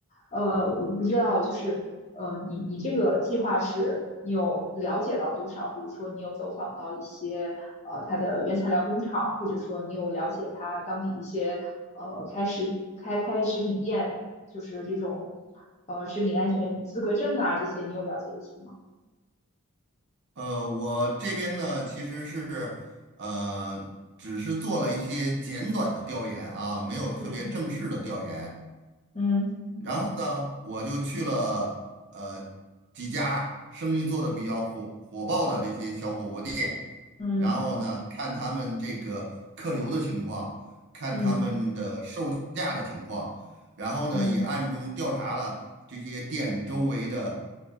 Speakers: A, on the left; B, on the right.
A: 呃，我不知道，就是呃，你你这个计划是你有了解到多少？比如说，你有走访到一些呃它的原材料工厂，或者说你有了解它当地的一些呃开食开开食品店，就是这种呃食品安全资格证啊这些，你有了解一些吗？
B: 呃，我这边呢其实是呃，只是做了一些简短的调研啊，没有特别正式的调研。
A: 嗯嗯
B: 然后呢，我就去了呃几家生意做的比较火火爆的这些小火锅店，
A: 嗯
B: 然后呢，看他们这个客流的情况，看他们的售价的情况，
A: 嗯
B: 然后呢，
A: 嗯
B: 也暗中调查了这些店周围的